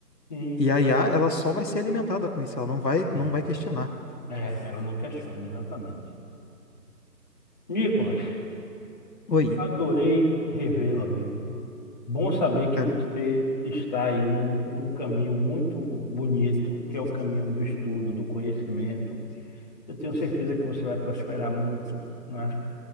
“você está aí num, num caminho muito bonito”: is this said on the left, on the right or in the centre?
Left